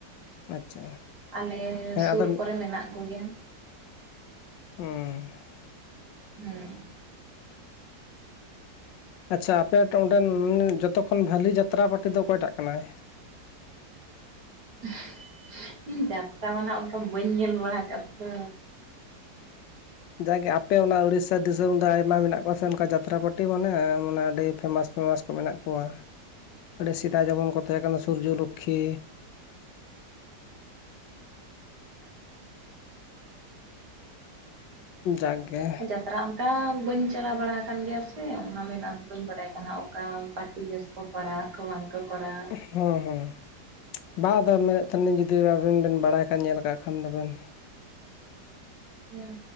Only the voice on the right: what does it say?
ᱟᱞᱮᱻᱥᱩᱨ
ᱠᱚᱨᱮ ᱢᱮᱱᱟᱜ ᱠᱚᱜᱮᱭᱟ᱾
<unintelligible>
<unintelligible> ᱤᱧ ᱡᱟᱛᱛᱟ ᱢᱟ ᱦᱟᱸᱜ ᱚᱱᱠᱟ ᱵᱟᱹᱧ ᱧᱮᱞ ᱵᱟᱲᱟ ᱠᱟᱫ ᱛᱟᱠᱚ,
<unintelligible>
<unintelligible> <unintelligible> ᱚᱱᱠᱟ ᱵᱟᱹᱧ ᱪᱟᱞᱟᱣ ᱵᱟᱲᱟ ᱦᱟᱠᱟᱱ ᱜᱮᱭᱟ ᱥᱮ ᱚᱱᱟ ᱢᱮᱱ ᱟᱫᱚ ᱵᱟᱹᱧ ᱵᱟᱲᱟᱭᱟᱠᱟᱜ <unintelligible> ᱚᱠᱟ ᱯᱟᱹᱴᱤ ᱵᱮᱥ <unintelligible> ᱵᱟᱝ, <unintelligible> ᱠᱚᱨᱟᱣ <unintelligible>
ᱦᱮᱸ